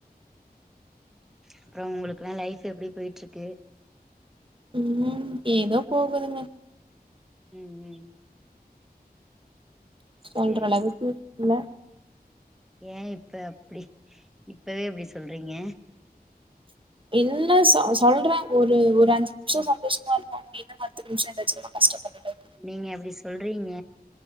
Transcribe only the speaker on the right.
ம் ஏதோ போகுதுங்க
சொல்றளவுக்கு
இல்ல
இல்ல சொ சொல்றே ஒரு ஒரு அஞ்சு நிமிஷ சந்தோஷமாருந்தாலுமே இன்னோ பத்து நிமிஷோ ஏதாச்சு நம்ப கஷ்டப்பட்டுட்டு